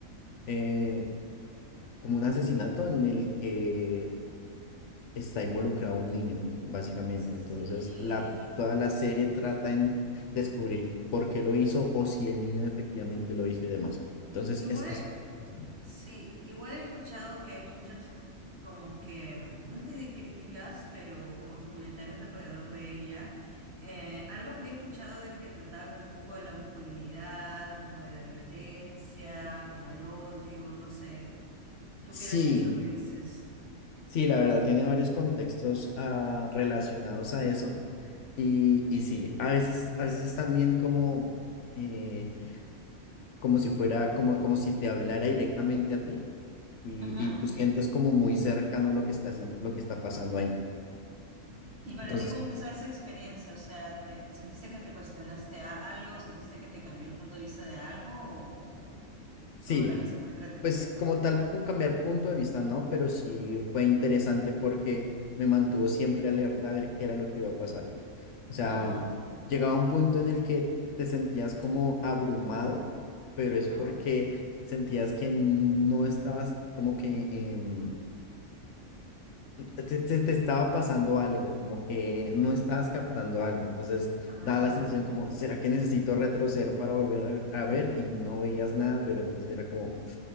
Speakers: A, on the left; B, on the right.
A: eh, como un asesinato en el que está involucrado un niño, básicamente.
B: Sí.
A: Entonces, la, toda la serie trata en descubrir por qué lo hizo o si el niño efectivamente lo hizo y demás. Entonces,
B: Igual.
A: es, es interesante.
B: Sí, igual he escuchado que hay muchas como que, mm, no sé si críticas, pero como que comentarios alrededor de ella. Eh, algo había escuchado de que trataba como un poco de la masculinidad, como de la violencia, como el odio, no sé. ¿Tú
A: Sí,
B: que la has visto, qué dices?
A: sí, la verdad, tiene varios contextos ah, relacionados a eso. Y, y sí, a veces, a veces es también como, eh, como si fuera, como, como si te hablara directamente a ti y,
B: Ujú.
A: y tú sientes como muy cercano lo que está, sin- lo que está pasando ahí.
B: ¿Y para
A: Entonces,
B: ti cómo fue esa esa experiencia? O sea, ¿te sentiste que te cuestionaste algo? ¿Sentiste que te cambió el punto de vista de algo o o
A: sí,
B: solo la viste por entretenimiento?
A: Pues como tal, puedo cambiar punto de vista, ¿no? Pero sí fue interesante porque me mantuvo siempre alerta a ver qué era lo que iba a pasar. O sea,
B: Ajá,
A: llegaba un punto en el que te sentías como abrumado, pero
B: ajá.
A: es porque sentías que no estabas como que em, te, te- te estaba pasando algo, como que no estabas captando algo. Entonces
B: Ah,
A: daba la sensación como, ¿será que necesito retroceder para volver a ver? a ver?", Y no veías nada, pero entonces era como